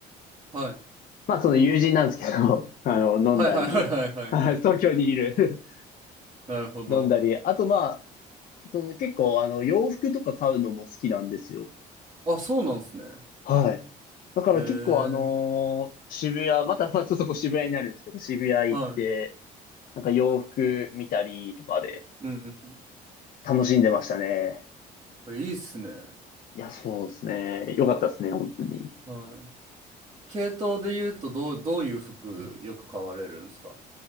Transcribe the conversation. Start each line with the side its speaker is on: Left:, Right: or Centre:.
Right: はい。
Left: まあその友人なんですけど、<laughs> あの、
Right: はいはいはいはいはいはい。
Left: 飲んだり、<laughs> はい東京にいる
Right: なるほど。
Left: <laughs> 飲んだり、あとまその結構あの洋服とか買うのも好きなんですよ。
Right: あ、そうなんですね。
Left: はい。だから結構あのー渋谷、
Right: へえ。
Left: またまあちょっとこう渋谷になるんですけど、渋谷行って、
Right: は
Left: なんか洋服見たりとかで
Right: い。うん
Left: 楽しんでましたね。
Right: うんいいっすね。
Left: いや、そうですね。よかったですね、本当に。
Right: はい。系統で言うと、どう、どういう服よく買われるんですか